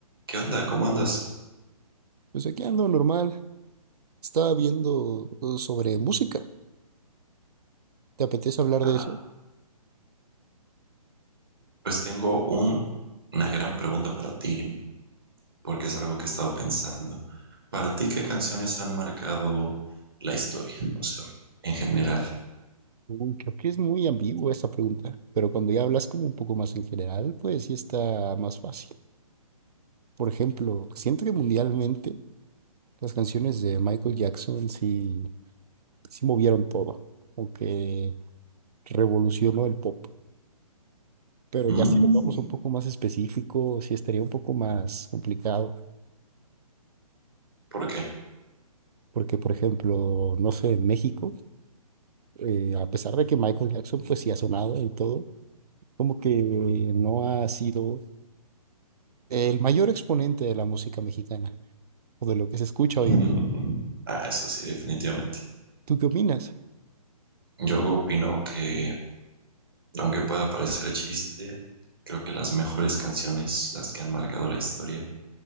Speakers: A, on the right; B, on the right.
A: ¿Qué onda? ¿Cómo andas?
B: Pues aquí ando normal. Estaba viendo eh, sobre música. ¿Te apetece hablar
A: Ah,
B: de eso?
A: Pues tengo un- una gran pregunta para ti, porque es algo que he estado pensando. Para ti, ¿qué canciones han marcado la historia? O sea, en general.
B: Uy, creo que es muy ambigua esta pregunta, pero cuando ya hablas como un poco más en general, pues sí está más fácil. Por ejemplo, siento que mundialmente las canciones de Michael Jackson sí, sí movieron todo, aunque revolucionó el pop. Pero
A: Mm,
B: ya si nos vamos un poco más específico, sí estaría un poco más complicado.
A: ¿por qué?
B: Porque, por ejemplo, no sé, en México, eh, a pesar de que Michael Jackson pues sí ha sonado y todo, como que no ha sido el mayor exponente de la música mexicana o de lo que se escucha
A: <laughs>
B: hoy en día.
A: Ah, eso sí, definitivamente.
B: ¿Tú qué opinas?
A: Yo opino que, aunque pueda parecer chiste, creo que las mejores canciones, las que han marcado la historia,